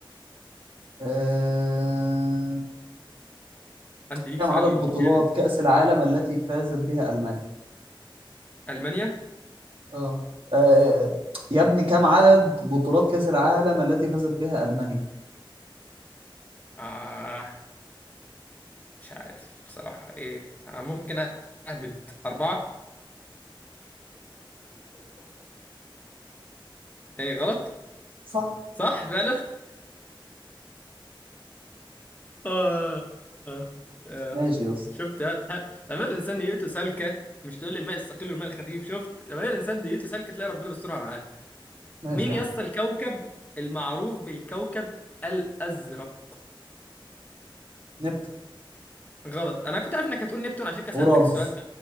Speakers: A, on the right; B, on the left.
A: أه...
B: عندي ليك
A: كم
B: سؤال
A: عدد بطولات
B: جامد
A: كأس العالم التي فازت بها ألمانيا
B: ألمانيا
A: اه آه، يا ابني كم عدد بطولات كأس العالم التي فازت بها ألمانيا
B: آه مش عارف بصراحة إيه آه ممكن أهبد أربعة إيه غلط
A: صح
B: صح فعلا <laughs> آه آه آه.
A: ماشي يا اسطى
B: شفت الح- لما الإنسان نيته سالكة مش تقول لي الماء الثقيل والماء الخفيف شفت لما الإنسان نيته سالكة تلاقي ربنا بيسترها معاه
A: ماشي
B: مين
A: يا
B: يا
A: عم
B: اسطى الكوكب المعروف بالكوكب الأزرق
A: نبتون
B: غلط أنا كنت عارف إنك هتقول نبتون عشان كده سألتك
A: اورانوس
B: السؤال ده